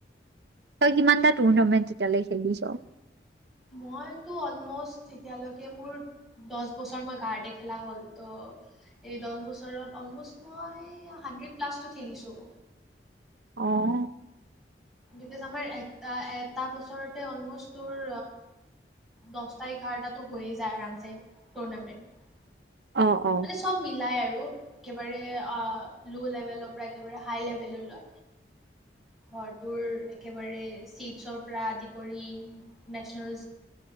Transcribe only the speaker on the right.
তোৰ কিমান এটা টুৰ্ণামেণ্ট তেতিয়ালৈ খেলিছ
অ',
অ', অ',